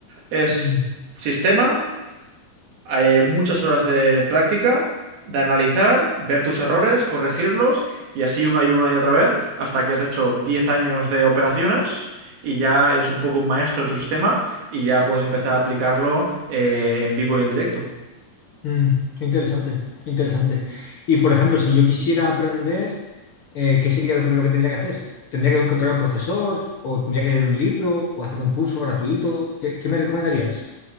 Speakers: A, on the right (about 85°); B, on the left (about 60°).
A: Es
B: Mm,
A: sistema, eh, muchas horas de práctica, de analizar, ver tus errores, corregirlos y así una y una y otra vez hasta que has hecho 10 años de operaciones y ya eres un poco un maestro de tu sistema y ya puedes empezar a aplicarlo eh, en vivo y en directo.
B: mm. Qué interesante, qué interesante. Y, por ejemplo, si yo quisiera aprender, eh, ¿qué sería lo primero que tendría que hacer? ¿Tendría que encontrar un profesor o tendría que leer un libro o hacer un curso gratuito? ¿Qué, qué me recomendarías?